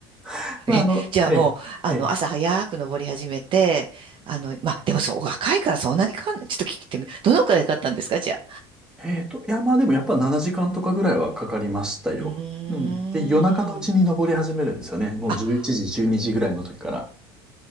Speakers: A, in the centre; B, on the right (about 40°).
A: <laughs> まあ、
B: え、
A: あの、
B: じゃあもう、
A: ええ、
B: あの、
A: ええ
B: 朝早く登り始めて、あの、まあ、でもそう、お若いからそんなにかかんない。ちょっと聞いてみ、どのくらいかかったんですか、じゃあ。
A: えっと、いや、まあでもやっぱ7時間とかぐらいはかかりましたよ。
B: うーん。
A: うん。で、夜中のうちに登り始めるんですよね。もう11時、
B: あ、
A: 12時ぐらいの時から。